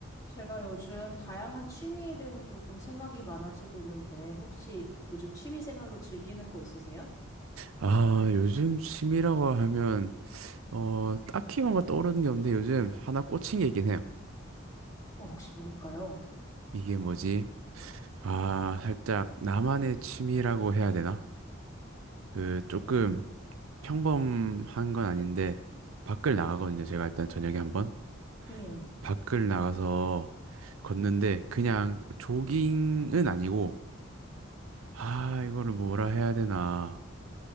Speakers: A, on the left (about 15°); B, on the right (about 80°).
A: 제가 요즘 다양한 취미에 대해서 조금 생각이 많아지고 있는데, 혹시 요즘 취미 생활로 즐기는 거 있으세요?
B: 아, 요즘 취미라고 하면, 어, 딱히 뭔가 떠오르는 게 없는데 요즘 하나 꽂힌 게 있긴 해요.
A: 어, 혹시 뭘까요?
B: 이게 뭐지? 아, 살짝 나만의 취미라고 해야 되나? 그, 조금 평범한 건 아닌데, 밖을 나가거든요. 제가 일단 저녁에 한번.
A: 네.
B: 밖을 나가서 걷는데, 그냥 조깅은 아니고, 아, 이거를 뭐라 해야 되나.